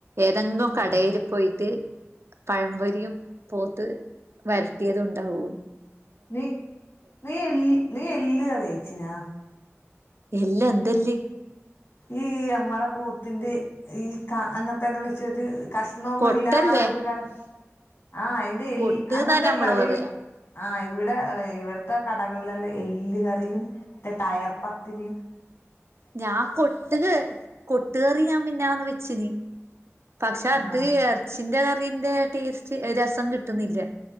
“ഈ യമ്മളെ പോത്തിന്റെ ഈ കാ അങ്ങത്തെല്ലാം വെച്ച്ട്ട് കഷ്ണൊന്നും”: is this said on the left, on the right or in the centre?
Left